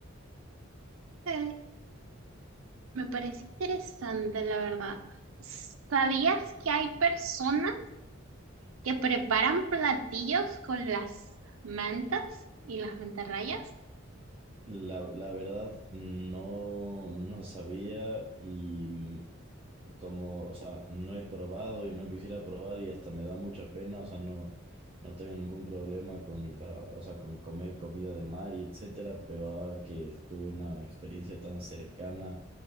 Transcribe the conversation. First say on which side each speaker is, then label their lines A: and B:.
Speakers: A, on the right; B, on the right.
A: Ok. Me parece interesante, la verdad. ¿Sabías que hay personas que preparan platillos con las mantas y las mantarrayas?
B: La, la verdad no, no sabía y como, o sea, no he probado y no quisiera probar y hasta me da mucha pena, o sea, no, no tengo ningún problema con la, o sea, con comer comida de mar y etcétera, pero ahora que tuve una experiencia tan cercana